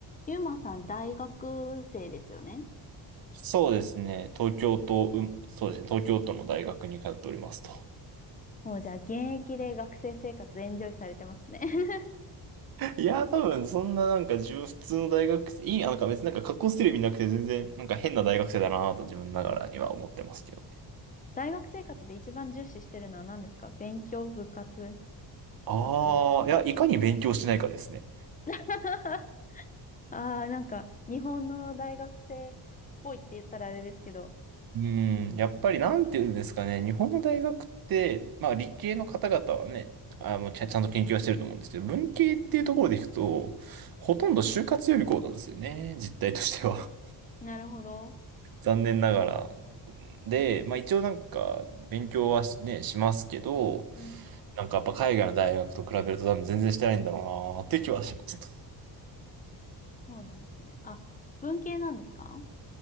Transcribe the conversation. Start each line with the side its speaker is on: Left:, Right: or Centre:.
Left: ゆうまさん、大学生ですよね。
Right: そうですね。東京都、うん、そうですね。東京都の大学に通っておりますと。
Left: もうじゃあ現役で学生生活エンジョイされてますね <laughs>
Right: <laughs> いやー、多分、そんななんか、自分普通の大学生、いい、あなんか別になんか格好してる意味なくて、全然、なんか変な大学生だなぁと自分ながらには思ってますけど。
Left: 大学生活で一番重視してるのは何ですか勉強、部活、
Right: ああ、
Left: サークル。
Right: いや、いかに勉強しないかですね。
Left: <laughs> ああ、なんか日本の大学生っぽいって言ったらあれですけど。
Right: うん、やっぱりなんていうんですかね、日本の大学って、まあ理系の方々はね、あの、ちゃ、ちゃんと研究はしてると思うんですけど、文系っていうところでいくと、ほとんど就活予備校なんですよね、実態としては。
Left: なるほど。
Right: <laughs> 残念ながら。で、まあ一応なんか勉強はしね、しますけど、
Left: うん、
Right: なんかやっぱ海外の大学と比べると多分全然してないんだろうなって気はします
Left: そうなんですね。あ、文系なんですか